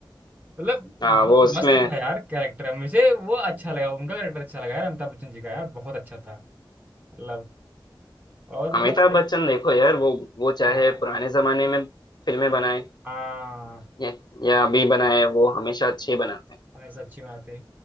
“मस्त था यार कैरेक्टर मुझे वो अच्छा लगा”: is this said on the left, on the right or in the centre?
Right